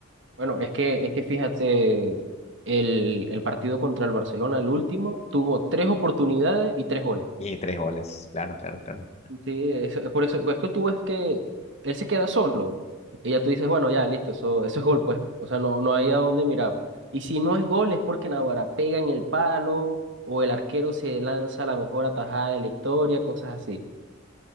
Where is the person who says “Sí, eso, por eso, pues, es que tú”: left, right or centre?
Right